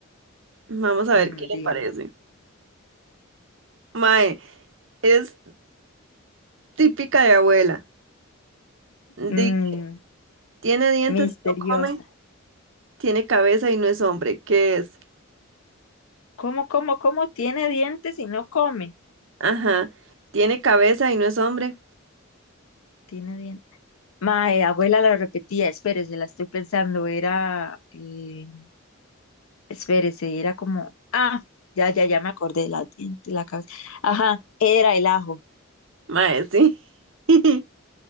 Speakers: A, on the right; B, on the left.
A: Vamos a
B: Mm,
A: ver qué
B: dígalo.
A: le parece. Mae, es típica de abuela.
B: Mm,
A: Di- tiene dientes
B: misteriosa.
A: y no come, tiene cabeza y no es hombre. ¿Qué es?
B: ¿Cómo, cómo, cómo tiene dientes y no come?
A: Ajá, tiene cabeza y no es hombre.
B: Tiene dientes. Mae, abuela la repetía, espérese, la estoy pensando, era, eh, espérese, era como, ah, ya, ya, ya me acordé, la, diente, la cabeza, ajá, era el ajo.
A: Mae, sí. <laughs>